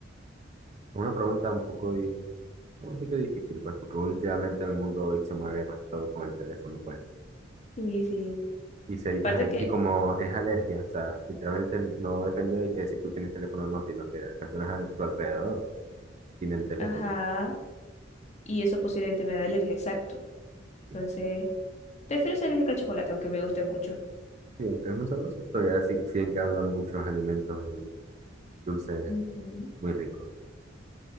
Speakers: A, on the right (about 35°); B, on the left (about 35°).
A: una pregunta un poco, di- no voy a decir que difícil, pues, porque últimamente el mundo hoy se mueve más que todo con el teléfono, pues.
B: Sí, sí.
A: Y, sería,
B: Aparte
A: ajá,
B: que,
A: y como es alergia, o sea, literalmente no depende de que si tú tienes teléfono o no, sino que las personas a tu alrededor tienen teléfono.
B: ajá, y eso posiblemente me da alergia, exacto.
A: Sí,
B: Entonces, prefiero ser alérgica al chocolate, aunque me guste mucho.
A: Sí, aunque es muy sabroso, todavía sí- siguen quedando muchos alimentos y dulces
B: Ujú.
A: muy ricos.